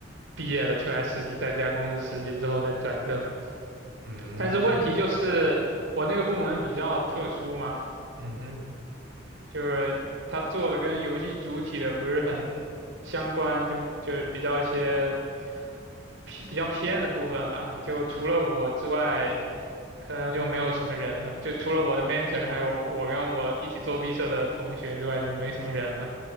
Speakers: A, on the right; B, on the right.
A: 毕业了，出来实习，在这家公司实习之后再转正的。
B: 嗯
A: 但是问题就是我那个部门比较特殊嘛。
B: 嗯哼，
A: 就是他做的跟游戏主体的不是很相关，就就是比较一些偏比较偏的部分吧。就除了我之外，可能就没有什么人了。就除了我的 mentor，还有我跟我一起做毕设的同学之外，就没什么人了。